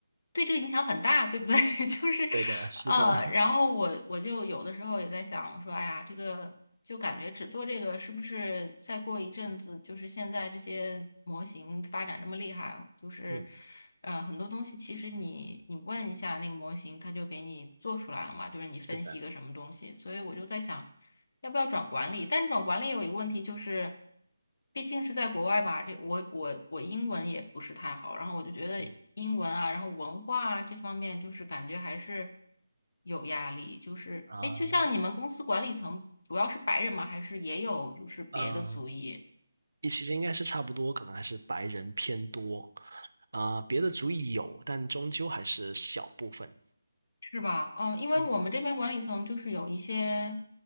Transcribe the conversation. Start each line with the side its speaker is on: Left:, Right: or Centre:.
Left: 对这个影响很大，对不对？<laughs> 就是，
Right: 对的，是的，
Left: 呃，然后我我就有的时候也在想，
Right: <laughs>
Left: 我说，哎呀，这个就感觉只做这个是不是再过一阵子，就是现在这些模型发展这么厉害，就是，
Right: 嗯，
Left: 呃，很多东西其实你你问一下那个模型，它就给你做出来了嘛，就是你分析一个什么东西，
Right: 是的，
Left: 所以我就在想。要不要转管理？但转管理有一个问题就是，毕竟是在国外嘛，这我我我英文也不是太好，然后我就觉得英文啊，
Right: 嗯
Left: 然后文化啊这方面，就是感觉还是有压力。就是哎，
Right: 啊，
Left: 诶就像你们公司管理层主要是白人吗？还是也有就是别的族裔？
Right: 嗯、你其实应该是差不多，可能还是白人偏多啊、别的族裔有，但终究还是小部分。
Left: 是吧？嗯，因为我们这边管理层就是有一些
Right: 嗯，